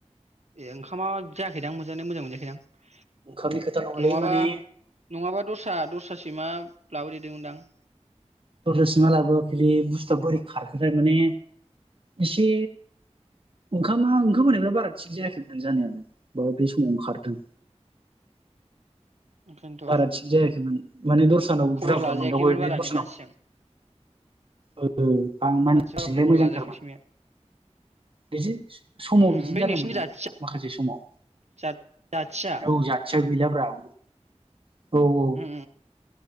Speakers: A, on the right (about 65°); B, on the right (about 50°).
A: ए ओंखामा जायाखैदां मोनजानाया मोजां मोनजायाखैदां?
B: ओंखारनि खोथा नङालै
A: नङाबा
B: माने
A: नङाबा दस्रा दस्रा सैमा लाबो हैदोंमोनदां?
B: दस्रा सैमा लाबोआखैलै बुस्थुआ बोरै खारखोथाय माने एसे ओंखामा ओंखाम होनायफोरा बारा थिग जायाखैमोन जानायालाय, बाय बे समावनो खारदों।
A: ओंखायनोथ'
B: बारा थिग जायाखैमोन। माने दस्रानाव
A: खबर
B: बुरजा बुरजा
A: लाजायाखैमोन
B: मोनदावबाय
A: बारा
B: बे दसानाव।
A: ने मानसिजों
B: ओ ओ आं मानसिजोंलाय
A: मानसि बारा खबर
B: मोजांथारमोन।
A: लाजायाखै सैमाया
B: बिदि समाव
A: उम
B: बिदिनो
A: उम बै
B: जादोंमोनदां
A: नोंसिनि जाथिया
B: माखासे समाव।
A: जा जाथिया
B: औ जाथियाव गै जाब्राब ओ औ औ
A: उम